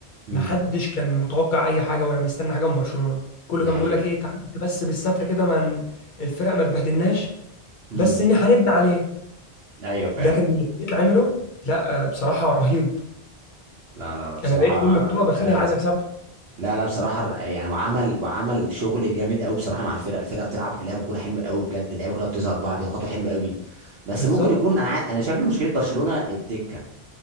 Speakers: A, on the right; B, on the left.
A: امم
B: محدش كان متوقع اي حاجه ولا مستني حاجه من برشلونه كله
A: ده
B: كان
A: حقيقي
B: بيقول لك ايه تعدي بس بالستر كده من الفرق ما تبهدلناش
A: امم
B: بس ان هنبني عليه
A: ايوه فاهم
B: لكن اللي فليك عمله لا آه، بصراحه رهيب
A: لا لا لا بصراحه
B: انا بقيت كل بطوله داخلها
A: ايوه
B: عايز اكسبها
A: لا لا بصراحه الر- يعني وعمل وعمل شغل جامد قوي بصراحه مع الفرقه الفرقه بتلعب لعبه كوره حلوه قوي بجد اللعيبه كلها بتظهر بقى بيضغطوا حلو قوي بس
B: بالظبط
A: ممكن يكون انا عا- انا شايف ان مشكله برشلونه الدكه